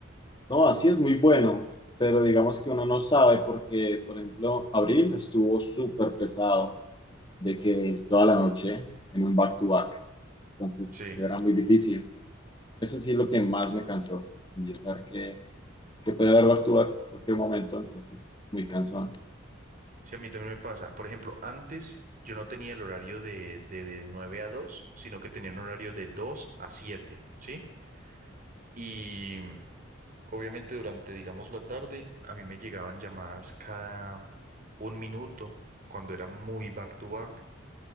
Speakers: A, on the left; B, on the right.
A: No, así es muy bueno, pero digamos que uno no sabe porque, por ejemplo, abril estuvo súper pesado de que es toda la noche en un back-to-back. Entonces,
B: Sí,
A: era muy difícil. Eso sí es lo que más me cansó, yo saber que, que puede haber back-to-back en cualquier momento, entonces, muy cansón.
B: sí, a mí también me pasa. Por ejemplo, antes yo no tenía el horario de, de, de 9 a 2, sino que tenía un horario de 2 a 7, ¿sí? Y... Obviamente durante, digamos, la tarde, a mí me llegaban llamadas cada un minuto, cuando era muy back to back.